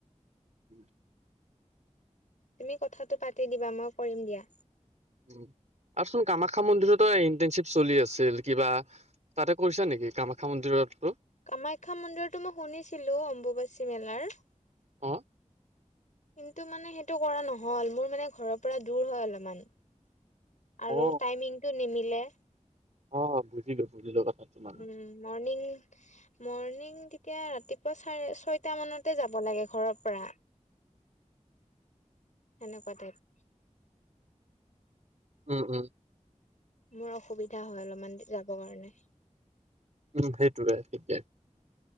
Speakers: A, on the right; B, on the left.
A: উম
B: তুমি কথাটো পাতি দিবা মই কৰিম দিয়া
A: উম আৰু চোন কামাখ্যা মন্দিৰতো ইণ্টাৰ্নশ্বিপ চলি আছিল কিবা তাতে কৰিছা নেহকি কামাখ্যা মন্দিৰতো
B: কামাখ্যা মন্দিৰটো মই শুনিছিলো অম্বুবাচী মেলাৰ
A: অ
B: কিন্তু মানে সেইটো কৰা নহল মোৰ মানে ঘৰৰ পৰা দূৰ হয় অলপমান। আৰু
A: অ
B: টাইমিংটো নিমিলে।
A: অ বুজিলো বুজিলো কথাটো মানে
B: উম মৰ্ণিং। মৰ্ণিং তেতিয়া ৰাতিপুৱা চাৰে ছয়ত মানতে যাব লাগে ঘৰৰ পৰা। সেনেকুৱা টাইপ
A: উম উম।
B: মোৰ অসুবিধা হয় অলপমান যাব কাৰণে।
A: উম সেইটোকে ঠিকে